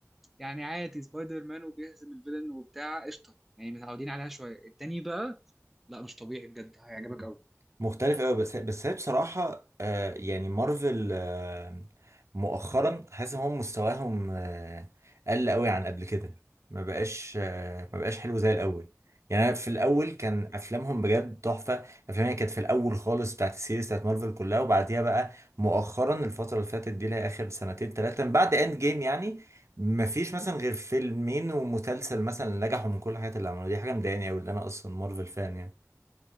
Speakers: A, in the centre; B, on the right (about 60°).
A: يعني عادي سبايدر مان وبيهزم الفيلن وبتاع قشطه يعني متعودين عليها شويه التاني بقى لا مش طبيعي بجد هيعجبك
B: مم.
A: قوي
B: مختلف قوي بس بس هي بصراحة آه يعني مارفل آه مؤخرا حاسس ان هم مستواهم آه قل قوي عن قبل كده ما بقاش آه ما بقاش حلو زي الاول يعني انا في الاول كان افلامهم بجد تحفة افلامها كانت في الاول خالص بتاعت السيريز بتاعت مارفل كلها وبعديها بقى مؤخرا الفترة اللي فاتت دي اللي هي اخر سنتين ثلاثة من بعد اند جيم يعني ما فيش مثلا غير فيلمين ومسلسل مثلا نجحوا من كل الحاجات اللي عملوها دي حاجة مضايقاني قوي اللي انا اصلا مارفل فان يعني